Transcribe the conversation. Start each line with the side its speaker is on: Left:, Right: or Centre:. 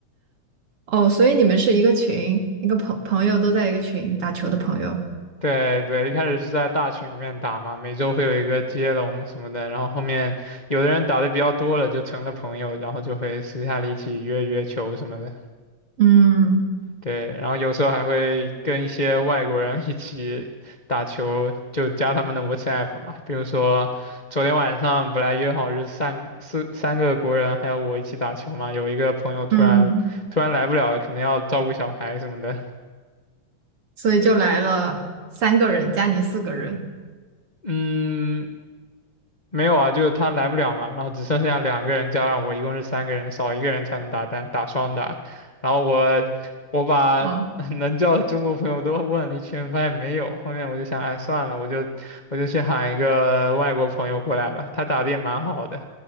Right: 哦，所以你们是一个群，一个朋朋友都在一个群打球的朋友。
Left: 对对，一开始是在大群里面打嘛，每周会有一个接龙什么的，然后后面有的人打的比较多了，就成了朋友，然后就会私下里一起约约球什么的。
Right: 嗯
Left: 对，然后有时候还会跟一些外国人一起打球，就加他们的 WhatsApp 嘛。比如说昨天晚上本来约好是三四三个国人还有我一起打球嘛，有一个朋友突然突然来不了了，
Right: 嗯，
Left: 可能要照顾小孩什么的。
Right: 所以就来了三个人加你四个人。
Left: 嗯，没有啊，就是他来不了嘛，然后只剩下两个人加上我，一共是三个人，少一个人才能打单打双打。然后我我把
Right: 哦
Left: <laughs> 能叫的中国朋友都问了一圈，发现没有。后面我就想，哎，算了，我就我就去喊一个外国朋友过来吧。他打的也蛮好的，